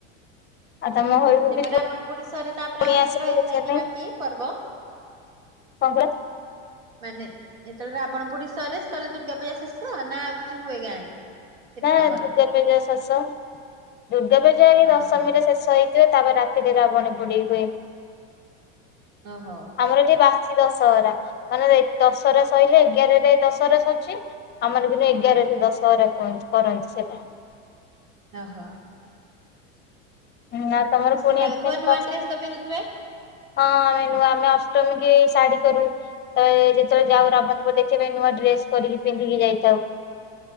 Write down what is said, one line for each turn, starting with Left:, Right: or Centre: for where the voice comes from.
Left: ଆଉ ତମ ଘରକୁ
Right: ଯେବେ
Left: ବି
Right: ରାବଣ ପୋଡି ସରିଲ୍। ତାପରେ
Left: କୁଣିଆ
Right: ଆଉ କିଛି
Left: ଆସନ୍ତି
Right: ରହିଥାଏ
Left: ଦେଖିବା ପାଇଁ
Right: କି ବାକି ପର୍ବ?
Left: କଣ କହିଲ
Right: ମାନେ ଯେତେବେଳେ ରାବଣ ପୋଡି ସରେ ସେତେବେଳେ ଦୁର୍ଗା ପୂଜା ଶେଷ ନା ଆଉ କିଛି ହୁଏ ଗାଁ ରେ? ସେଠି
Left: ନା
Right: ତମର
Left: ଦୁର୍ଗା ପୂଜା ଶେଷ, ଦୁର୍ଗା ପୂଜା ଦଶମୀରେ
Right: ଓହୋ
Left: ଶେଷ ହେଇଯିବ। ତାପରେ ରାତିରେ, ରାବଣ ପୋଡ଼ି ହୁଏ।
Right: ଓହୋ
Left: ଆମର ଯେ ବାସିତ୍। ଦଶହରା ମାନେ ଦଶହରା ସଇଲେ, ଏଗାରରେ ଦଶହରା ସରୁଛି। ଆମାନେ ଦିନୁ ଏଗାର
Right: ହୁଁ
Left: ରେ ଦଶହରା । କଣ? କରନି ସେଟା ।
Right: ଓ ହୋ।
Left: ନା ତମର
Right: ଖୁସି
Left: କୁଣିଆ
Right: ଲାଗୁଥିବ
Left: ଫୁଣିଆ ସବୁ
Right: ନୂଆ
Left: ଆସନ୍ତି?
Right: ଡ୍ରେସ ତ ପିନ୍ଧୁଥିବେ?
Left: ହଁ ଆମେ ନୁହଁ ଆମେ ଅଷ୍ଟମୀ କି ଶାଢୀ କରୁ। ତ ଯେତେବେଳେ
Right: ହଁ
Left: ଯାଉ ରାବଣ ପୋଡି ଦେଖିବା ପାଇଁ ନୂଆ ଡ୍ରେସ ଡ୍ରେସ୍ କରିକି ପିନ୍ଧିକି ଯାଇଥାଉ।